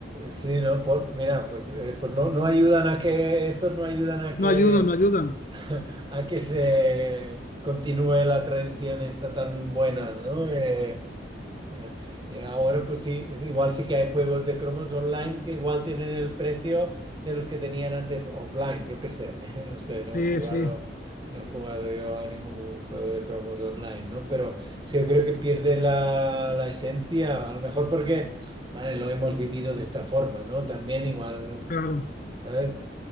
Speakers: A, on the right; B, on the left.
A: Sí, no, po- mira, pues, eh, pues no, no ayudan a que, estos no ayudan a
B: No
A: que,
B: ayudan, no ayudan.
A: <laughs> a que se continúe la tradición esta tan buena, ¿no? Eh, Ah, Y ahora pues sí, es igual sí que hay juegos de cromos online que igual tienen el precio de los que tenían antes offline, yo qué sé, <laughs> no sé,
B: Sí,
A: no he jugado,
B: sí.
A: no he jugado yo a ningún juego de cromos online, ¿no? Pero sí, yo creo que pierde la, la esencia, a lo mejor porque, vale, lo hemos vivido de esta forma, ¿no? También igual,
B: Claro.
A: ¿sabes?